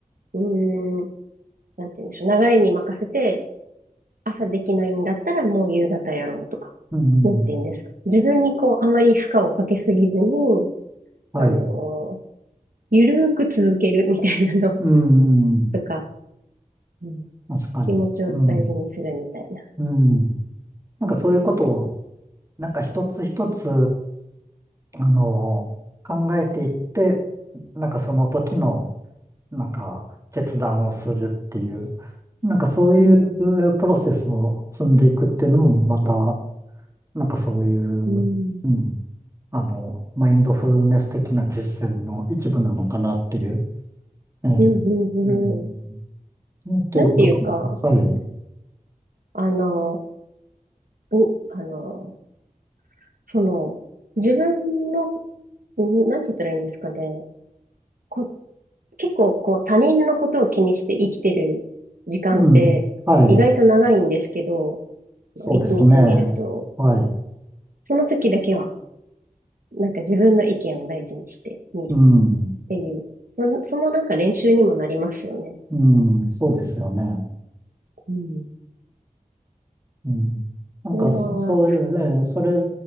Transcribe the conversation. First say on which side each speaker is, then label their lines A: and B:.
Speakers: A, on the right (about 80°); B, on the right (about 20°).
A: うーん、なんて言うんでしょう。流れに任せて、朝できないんだったらもう夕方やろうとか。
B: うん、
A: なんて言うんですか。自分にこう、あまり負荷をかけすぎずに、
B: はい、
A: あのーゆるーく続けるみたいなの
B: うん、
A: <laughs> とか、うん。
B: 確かに、
A: 気持ちを大事にするみたいな。
B: うん、うん。なんかそういうことを、
A: うん。
B: なんか一つ一つ、あの、考えていって、なんかその時の、なんか決断をするっていう、なんかそういうプロセスを積んでいくっていうのもまた、
A: うん、
B: なんかそういう、
A: うん、
B: うん、あの、マインドフルネス的な実践の一部なのかなっていう、ええ
A: うん、うん、
B: うん
A: うん。
B: うんということかも。
A: なんていうか、
B: はい。
A: あのー、う、あのー、その、自分の、うんなんて言ったらいいんですかね。こ、結構こう他人のことを気にして生きてる時間って意外と長いんですけど、
B: うん。はい。そうですね。
A: 一日見ると、
B: はい。
A: その時だけはなんか自分の意見を大事にして見る
B: うん。
A: っていう、その、そのなんか練習にもなりますよね。
B: うん。そうですよね。
A: うん。
B: うん。なんかそ、
A: それは、
B: そういうね、それ